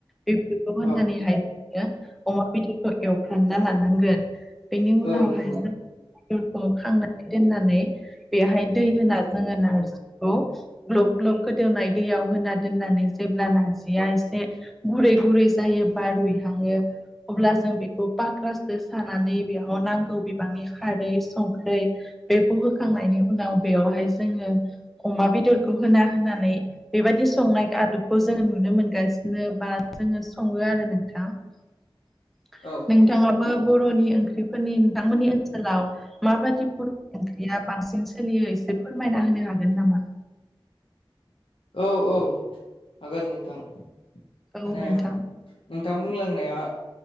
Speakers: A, in the centre; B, on the left.
A: बेफोरखौ होननानै
B: औ
A: हाय अमा बेदरखौ एवफ्रानना लानांगोन बेनि
B: औ
A: उनावहाय
B: नंगौ
A: जों बेखौ खांनानै दोननानै बेहाय दै होना जोङो नारजि
B: औ
A: ग्लब ग्लब गोदौनाय दैयाव होना दोननानै जेब्ला नारजिया एसे गुरै गुरै जायो बारुइहाङो। अब्ला जों बेखौ पक्रासजों सानानै बेयाव नांगौ बिबांनि खारै संख्रि बेखौ होखांनायनि उनाव बेवहाय जोङो अमा बेदरखौ होना होनानै बेबायदि संनाय आदबखौ जोङो नुनो मोनगासिनो बा जोङो सङो आरो नोंथां। <unintelligible>
B: औ।
A: नोंथाङाबो बर'नि ओंख्रिफोरनि नोंथांमोननि ओनसोलाव माबायदि बर'नि ओं ख्रिया बांसिन सोलियो एसे फोरमायना होनो हागोन नामा?
B: औ औ हागोन नोंथां
A: औ
B: माने
A: नोंथां
B: नोंथां बुंलांनाया